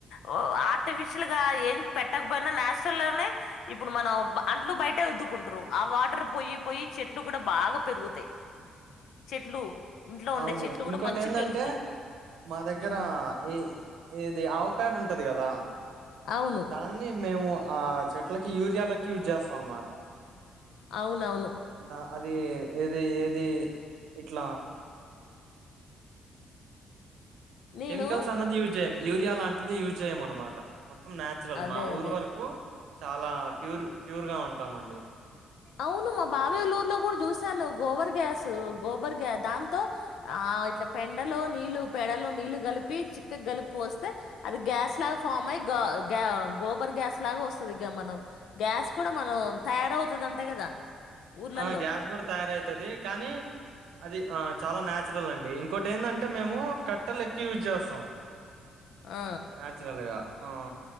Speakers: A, on the left; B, on the right.
A: ఓ ఆర్టిఫిషియల్ గా ఏం పెట్టకపోయినా నాచురల్గానే, ఇప్పుడు మనం అంట్లు బయటే రుద్దుకుంటారు, ఆ వాటర్ పోయి పోయి చెట్లు కూడా బాగా పెరుగుతాయి, చెట్లు. ఇంట్లో ఉండే
B: అవును
A: చెట్లు
B: ఇంకో
A: కూడా మంచి
B: ఏంటంటే
A: పెరుగుతాయి
B: మా దగ్గర
A: ఉమ్,
B: ఏ. ఏది అవ్. ఒక ప్యాడ్ ఉంటది కదా.
A: అవును
B: ధాన్యమ. మేము ఆ చెట్లకి యూరియాలకి యూజ్ చేస్తాం అనమాట
A: అవున్ నవును
B: దా అది ఏది ఏ ది ఇట్ల
A: నేను
B: కెమికల్స్ అన్నది యూజ్ చేయం యూరియ లాంటిది యూజ్ చేయమన్నమాట మొత్తం న్యాచురల్
A: అదే
B: మా
A: అదే
B: ఊరు వరకు చాలా ప్యూర్ ప్యూర్ గా ఉంటామండి
A: అవును మా బావే వాల్ల ఊర్లో కూడా జాస్ స్తను గోబర్ గ్యాస్ గోబర్ గ్య దాంతో ఆ ఇట్ల పెండలో నీళ్లు పెడలో నీళ్లు కలిపి చిక్క కలిపిపోస్తే అది గ్యాస్ లాగా ఫా అయి గోర్ గ్యాస్ లాగా వ స్తుతిగా మనం గ్యాస్ కూడా మనం తయారవు తది అంటే కదా ఊర్లల్లో
B: ఆ గ్యాస్ కూడ తయారవుతది కానీ అది ఆ చాన న్యాచురల్ అండి ఇంకోటి ఏంటంటే మేము కట్టలు ఎక్కువ యూజ్ చేస్తాం
A: ఆ
B: న్యాచురల్ ఇగ ఆ